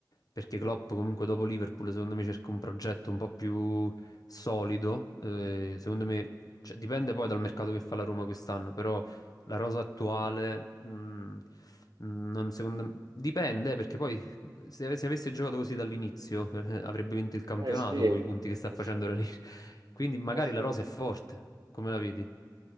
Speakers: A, on the left; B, on the right.
A: perché Klopp comunque dopo Liverpool secondo me cerca un progetto un po' più solido, eh, secondo me, cioè, dipende poi dal mercato che fa la Roma quest'anno, però la rosa attuale, mh, non secondo me, dipende eh, perché poi se, ave- se avesse giocato così dall'inizio, eh, avrebbe vinto il campionato
B: Eh sì, eh
A: con i punti che sta facendo
B: sì,
A: Ranieri. <laughs> Quindi magari
B: eh sì.
A: la rosa è forte, come la vedi?